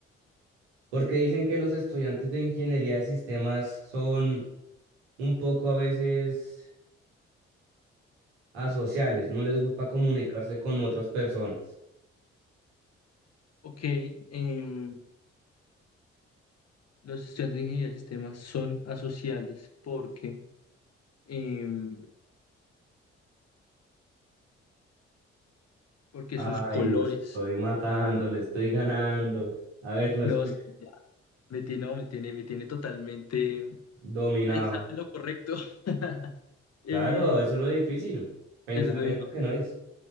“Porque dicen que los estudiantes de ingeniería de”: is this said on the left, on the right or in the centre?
Right